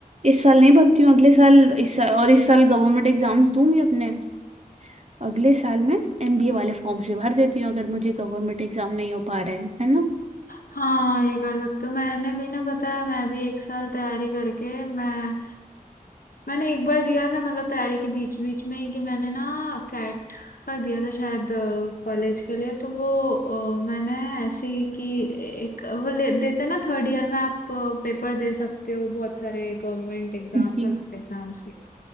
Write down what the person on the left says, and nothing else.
हाँ ये कर सकते हो मैंने भी ना पता है मैं भी एक साल तैयारी करके मैं मैंने एक बार दिया था मतलब तैयारी के बीच बीच में ही कि मैंने ना कैट का दिया था शायद कॉलेज के लिए तो वो अ, मैंने ऐसे ही कि एक वो ले, देते ना थर्ड ईयर में आप पेपर दे सकते हो बहुत सारे गवर्नमेंट एग्जाम सर्विस
एग्जाम्स के